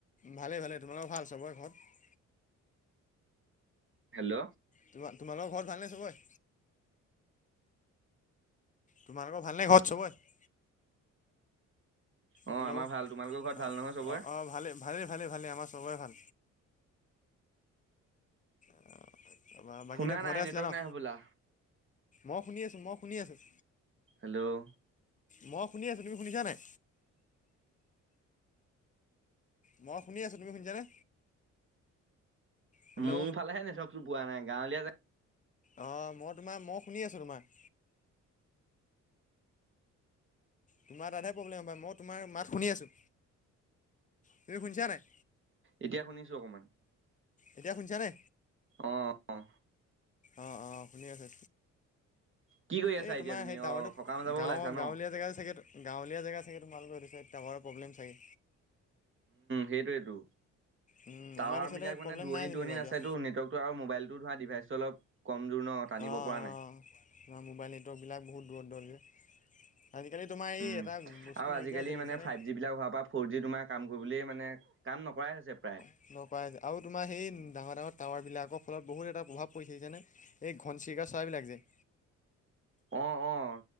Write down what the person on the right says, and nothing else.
হেল্ল'
অ
আমাৰ ভাল তোমালোকৰ ঘৰত
ভাল নহয় চবৰে
শুনা
নাই
নেটৱৰ্ক
নাই হ'বলা
হেল্ল'
মোৰ ফালেহে নেটৱকতো পোৱা নাই গাঁৱলীয়া জেগা
এতিয়া শুনিছো অকণমান
অঁ
কি কৰি আছা
এতিয়া তুমি
অ সকাম যাব
ওলাইছা ন
সেইটোৱেটো
টাৱাৰ
মিলাক মানে
দুৰণি
দুৰণিত
আছেটো নেটৱৰ্ক আৰু মোবাইলতো ধৰা ডিভাইচ অলপ কম জোৰ ন। টানিব
পৰা নাই
উম
আৰু
আজিকালি
মানে
ফাইভ জি বিলাক হোৱাৰ পৰা ফ'ৰ জি তোমাৰ কাম কৰিবলে মানে কাম নকৰাই হৈছে প্ৰায়।
অ' অ'